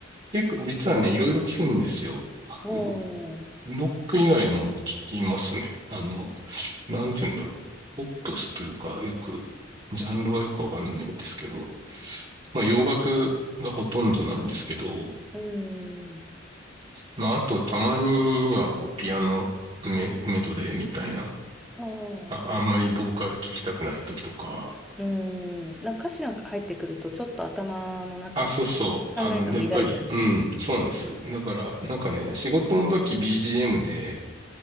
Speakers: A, on the right (about 30°); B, in the centre.
A: 結構、実はね、いろいろ聞くんですよ。
B: おー、
A: あの、ロック以外も聞きますね。あの、なんて言うんだろう。ポップスというか、よく、ジャンルはよくわかんないんですけど、まあ、洋楽がほとんどなんですけど、
B: うん、
A: まあ、あと、たまには、こう、ピアノメ、メドレーみたいな、
B: ああ、
A: あ、
B: いい
A: あんまりボーカル聞きたくない時とかは、
B: うん、なんか歌詞が入ってくると、ちょっと頭の中で
A: あ、そうそう。
B: 考えが乱れたりします。
A: あの、やっぱり、うん、そうなんです。だから、なんかね、仕事の時 BGM で、